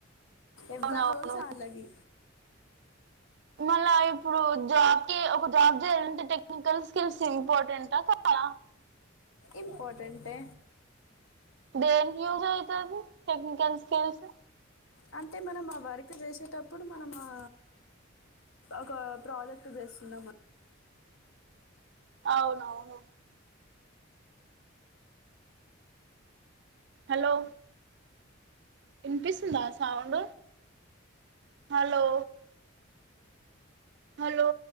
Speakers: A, on the left; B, on the right.
A: ఎవ్వరోల్స్
B: అవునవును
A: ఆల్లకి
B: మళ్ల ఇప్పుడు జాబ్ కి ఒక జాబ్ చేయాలంటే టెక్నికల్ స్కిల్స్ ఇంపార్టెంటా కాద
A: ఇంపార్టెంటే
B: దేనికి యూస్ అయితది టెక్నికల్ స్కిల్స్
A: అంటే మనం ఆ వర్క్ జేసేటప్పుడు మనం ఆ ఒక ప్రాజెక్ట్ చేస్తున్నం మ
B: అవునవును హలో వినిపిస్తుందా సౌండ్ హలో హలో